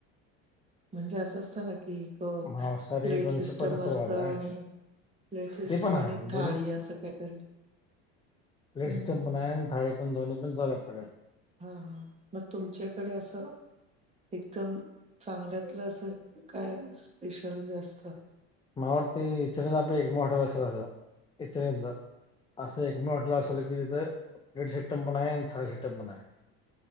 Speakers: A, on the right; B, on the left.
A: म्हणजे असं असतं ना की प्लेट
B: मांसाहारी दोनशे
A: सिस्टम
B: पन्नास सुरुवात
A: असत आणि.
B: आहे
A: प्लेट सिस्टम
B: ते पण आहे
A: आणि थाळी असं काहीतरी.
B: पलेट
A: हं,
B: सिस्टम
A: हं.
B: पण आहे आणि थाळी पण ध्नी पण चाल पडे.
A: हा हा मग तुमच्याकडे असं. एकदम चांगल्यातलं असं काय स्पेशल जास्त.
B: मला वाटतय ह्याच्यातच आपल एक मॉडेल असेल असं येचाइथलं. असं एक मॉडेल असल की त्याज पिड सेटमंपण आहे आणि थर्ड सेटप पण आहे.